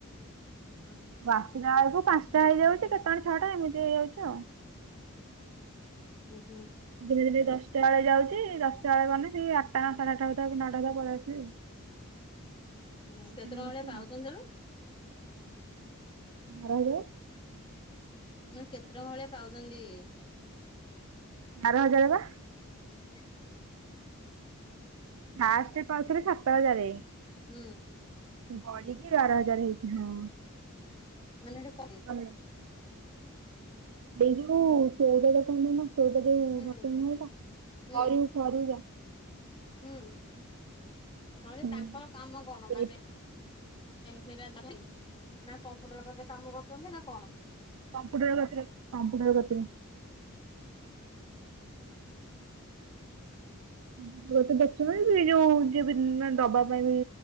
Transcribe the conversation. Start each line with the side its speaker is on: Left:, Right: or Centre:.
Left: ଉଁ ହୁଁ।
Right: ଆସିଲା ଆଳକୁ ପାଞ୍ଚଟା ହେଇଯାଉଚି କେତେବେଳେ ଛଅଟା ଏମିତି ହେଇଆଉଚି ଆଉ।
Left: ଉଁ ହୁଁ।
Right: ଦିନେ-ଦିନେ ଦଶଟା ଆଳେ ଯାଉଚି ଦଶଟା ଆଳେ ଗନେ ସେ ଆଟା ନଟା ସାଢେ ଆଟଟା ସୁଧା କି ନଅଟା ସୁଧା ପଳେଇ ଆସୁଚି।
Left: ହୁଁ କେତେ
Right: ନଅଟା
Left: ଟଙ୍କା ବଳିଆ
Right: ସୁଦ୍ଧା
Left: ପାଉଚନ୍ତି ସେଳୁ?
Right: ବାର ହଜାର।
Left: ମୁଁ କହିନି କେତେ ଟଙ୍କା ଭଳିଆ ପାଉଚନ୍ତି?
Right: ବାର ହଜାର ପା।
Left: ଉଁ ହୁଁ।
Right: ଫାଷ୍ଟେ ପାଉଥିଲେ ସାତ ହଜାରେ।
Left: ହୁଁ।
Right: ବଢିକି ବାର ହଜାର ହେଇଚି ହଁ।
Left: ମାନେ ଏଟା କଉଁତି। <unintelligible>
Right: ଗଲେ। ଏଇ ଯୋଉ ଚଉଦ <unintelligible> ନା ଚଉଦ ଯଉ
Left: ହୁଁ
Right: ଭୁଟିଂ ହେଲା
Left: ହୁଁ
Right: ସରୁ-ସରୁ ଯା।
Left: ହୁଁ ହଁ ଯେ
Right: ହୁଁ
Left: ତାଙ୍କର କାମ କଣ
Right: ସେଇ
Left: ମାନେ ସେଟା <unintelligible> ନା କମ୍ପୁଟର କାମ କରୁଛନ୍ତି ନା କଣ?
Right: କମ୍ପ୍ୟୁଟର ପାଖରେ କମ୍ପ୍ୟୁଟର କରୁଛନ୍ତି। <unintelligible> ଦେଖୁଛନ୍ତି ଯୋଉ ଯିଏ ବି ଦବା ପାଇଁ ବି